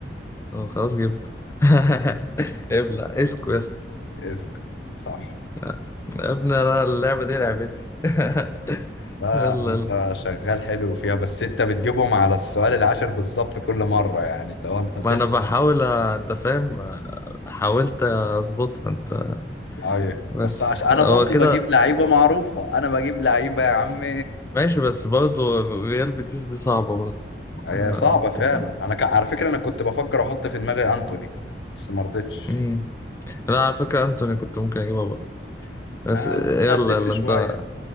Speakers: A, on the left (about 15°); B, on the left (about 85°).
A: اه خلاص جبته <laughs> ابلع اسكو يا اسطى
B: اسأل صح
A: لا. يا ابني انا اللعبه دي لعبتي <laughs>
B: لا
A: يلا
B: انت
A: يلا
B: شغال حلو فيها بس انت بتجيبهم على السؤال العاشر بالظبط كل مرة يعني لو انت
A: ما
B: بتلحق
A: انا بحاول أ- انت فاهم حاولت اظبطها انت
B: ايوه
A: بس
B: بس عشان انا
A: هو
B: برضو
A: كده
B: بجيب لعيبه معروفه انا بجيب لعيبه يا عم
A: ماشي بس برضه ريال بيتيس دي صعبه برضه
B: هي
A: اه
B: صعبه فعلا
A: أنت فاهم
B: انا ك... على فكره انا كنت بفكر احط في دماغي انتوني بس ما رضيتش
A: أمم. لا على فكره انتوني كنت ممكن اجيبها برضه بس
B: انا
A: يلا
B: هتلف
A: يلا
B: شويه
A: انت